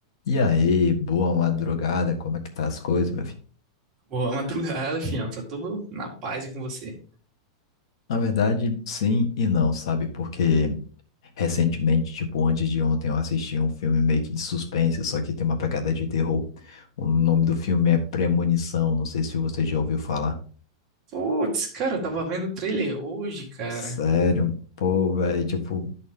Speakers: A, on the left; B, on the right.
A: E aí, boa madrugada, como é que tá as coisas, meu filho?
B: Boa madrugada, fião. Tá tudo na paz e com você.
A: Na verdade, sim e não, sabe? Porque recentemente, tipo, antes de ontem, eu assisti um filme meio que de suspense, só que tem uma pegada de terror. O nome do filme é Premonição, não sei se você já ouviu falar.
B: Putz, cara, eu tava vendo o trailer hoje, cara.
A: Sério? Pô, velho, tipo,